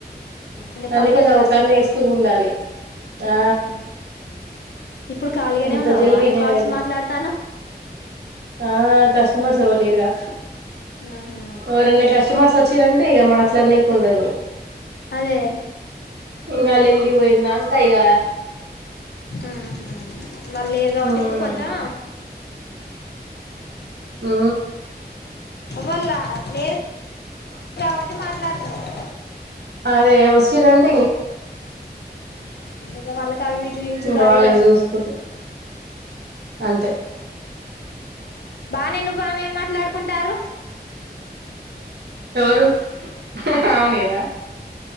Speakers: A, on the left; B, on the right.
A: ఇంక
B: అందుకే
A: తప్పని
B: కదా
A: పరిస్థితే
B: ఓకన్ను వేస్తూ ఉండాలి ఆ
A: ఆహా ఇప్పుడు ఖాళీగానే
B: అంత
A: ఉన్నావా
B: జల్దీ
A: బానే
B: ఇనేది
A: కాల్స్ మాట్లాడతాన్నవ్
B: ఆ కస్టమర్స్ ఎవ్వరు లేరుగా
A: ఆహా
B: ఎవరన్న కస్టమర్స్ వ వచ్చిరంటే ఇక మాట్లాడనీకి ఉండదు
A: అదే
B: ఇంగ వాళ్ళు ఇళ్ళు పోయిందాంక ఇగ
A: ఆహా వాళ్ళు లేరు కాబట్టి
B: ఉమ్
A: ఇప్పుడు కొంచెం
B: ఊ
A: వాళ్ళ లేరు కాబట్టి మాట్లాడుతున్నావు
B: అదే <unintelligible>
A: ఇక వాళ్ళకి అవి చూయించుడు
B: ఇంకా
A: అదే
B: వాళ్ళకి
A: సరిపోతది
B: చూసుకుంటే అంతే
A: హ్మ్ బానే నువ్వామె ఏం మాట్లాడుకుంటారు
B: ఎవరు ఆమె నేనా